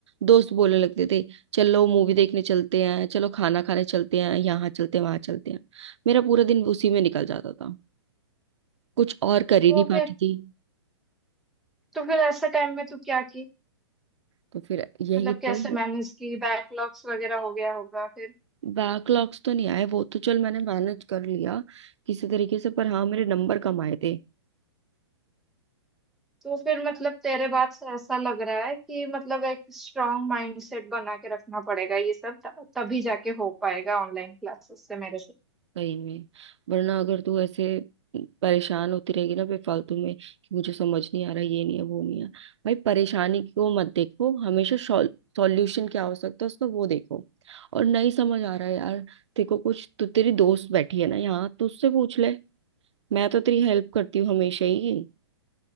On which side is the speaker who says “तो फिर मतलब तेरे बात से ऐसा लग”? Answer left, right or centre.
Centre